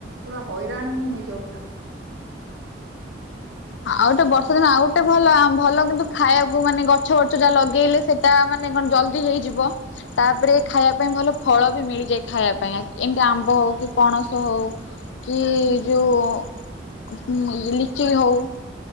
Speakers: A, on the right (about 85°); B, on the left (about 75°).
A: ପୁରା ହଇରାଣ ହିଁ ହେଇଯାଉଚନ୍ତି।
B: ଆଉ ଗୋଟେ ବର୍ଷା ଦିନ ଆଉ ଗୋଟେ ଭଲ ଆଁ ଭଲ କିନ୍ତୁ ଖାଇଆକୁ ମାନେ ଗଛ ବର୍ଛ ଯା ଲଗେଇଲେ ସେଟା ମାନେ କଣ୍ ଜଲ୍ଦି ହେଇଯିବ। ତାପରେ ଖାଇଆ ପାଇଁ ଭଲ ଫଳ ବି ମିଳିଯାଏ ଖାଇଆ ପାଇଁ ଏମ୍ତି ଆମ୍ବ ହଉ କି ପଣସ ହଉ କି ଯୋଉ ଉଁ ଲିଚି ହଉ।